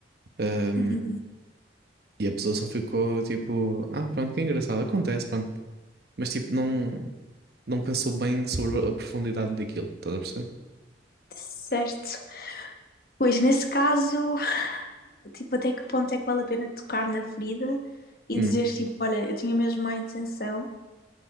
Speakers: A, on the right; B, on the left.
A: Ahm,
B: Uhum.
A: e a pessoa só ficou tipo, ah, pronto, que engraçado, acontece, pronto. Mas tipo, não, não pensou bem sobre a profundidade daquilo. Estás a perceber?
B: Certo. Pois, nesse caso, tipo, até que ponto é que vale a pena tocar na ferida e
A: Hum,
B: dizer, tipo, olha, eu tinha mesmo má intenção,